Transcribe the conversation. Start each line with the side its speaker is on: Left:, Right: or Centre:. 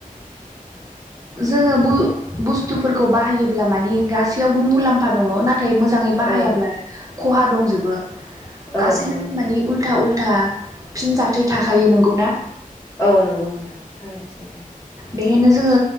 Right: जोङो बु-बुस्थुफोरखौ बाहायोब्ला माने गासैयावबो मुलाम्फा दङ नाथ मोजाङै बाहायाब्ला
Left: औ
Right: खहा दंजोबो
Left: औ
Right: गासैबो
Left: नंगौ नोंथां
Right: मानि उलथा उ लथा फिन जाथाय थाखायो
Left: औ
Right: नोंगौ ना।
Left: औ <unintelligible>
Right: बेखायनो जोङो